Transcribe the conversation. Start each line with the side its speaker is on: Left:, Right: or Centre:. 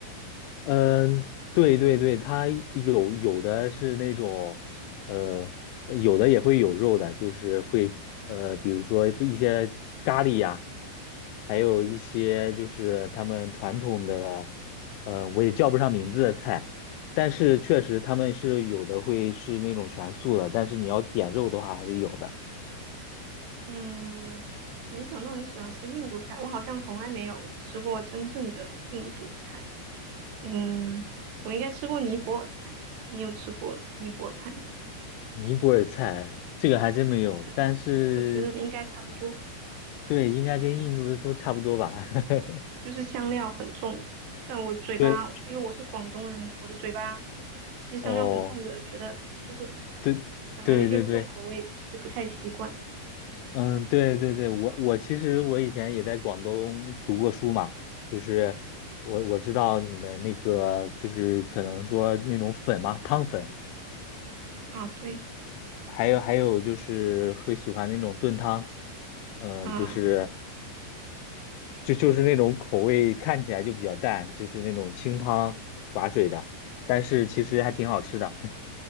Left: 嗯，对对对，它有有的是那种，呃，有的也会有肉的，就是会呃，比如说做一些咖喱呀。还有一些就是他们传统的，呃，我也叫不上名字的菜，但是确实他们是有的会是那种全素的，但是你要点肉的话还是有的。
Right: 嗯，没想到你喜欢吃印度菜，我好像从来没有吃过真正的印度菜。嗯，我应该吃过尼泊尔菜，你有吃过尼泊尔菜吗？
Left: 尼泊尔菜这个还真没有，
Right: 对，
Left: 但是
Right: 我觉得应该差不多，
Left: 对，应该跟印度的都差不多吧。<laughs>
Right: 就是香料很重，但我嘴巴，
Left: 对，
Right: 因为我是广东人，我的嘴巴吃香料很重的，
Left: 哦，
Right: 觉得就是
Left: 对，
Right: 反正就是重口味吃不太习惯
Left: 对对对。嗯，对对对，我我其实我以前也在广东读过书嘛，就是我我知道你们那个就是可能说那种粉嘛，汤粉，
Right: 啊。对，
Left: 还有还有就是会喜欢那种炖汤，嗯，
Right: 啊。
Left: 就是就就是那种口味看起来就比较淡，就是那种清汤寡水的，但是其实还挺好吃的。